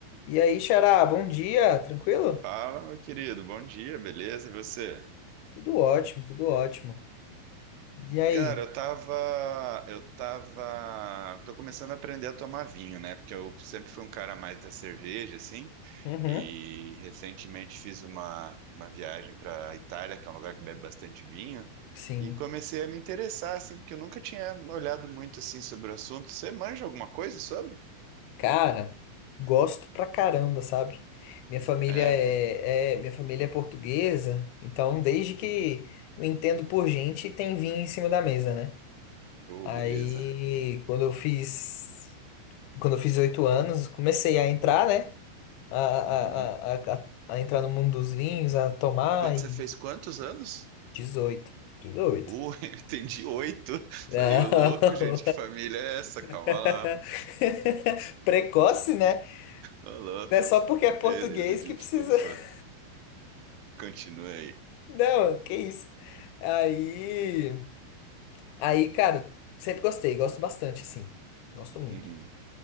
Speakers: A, on the left; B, on the right.
A: E aí, Xará, bom dia, tranquilo?
B: Fala, meu querido. Bom dia, beleza? E você?
A: Tudo ótimo, tudo ótimo. E aí?
B: Cara, eu tava, eu tava, tô começando a aprender a tomar vinho, né? Porque eu sempre fui um cara mais da cerveja, assim.
A: Uhum,
B: E recentemente fiz uma, uma viagem para Itália, que é um lugar que bebe bastante vinho,
A: sim.
B: e comecei a me interessar, assim, porque eu nunca tinha olhado muito assim sobre o assunto. Você manja alguma coisa sobre?
A: Cara, gosto pra caramba, sabe? Minha família
B: É.
A: é, é- minha família é portuguesa, então desde que
B: Uhum.
A: eu entendo por gente, tem vinho em cima da mesa, né?
B: Oh,
A: Aí,
B: beleza.
A: quando eu fiz, quando eu fiz oito anos, comecei a entrar, né? A, a,
B: Uhum.
A: a, a, a a entrar no mundo dos vinhos, a tomar
B: Quando
A: e
B: você fez quantos anos?
A: 18. 18.
B: Uh, <laughs> eu entendi oito.
A: Não.
B: Falei, ô louco, gente, que família é essa? Calma
A: <laughs>
B: lá.
A: Precoce, né?
B: Ô louco.
A: Não é só porque é português
B: Beleza, desculpa.
A: que precisa. <laughs>
B: Continue aí.
A: Não, que isso. Aí, aí, cara, sempre gostei, gosto bastante, assim. Gosto muito.
B: Uhum.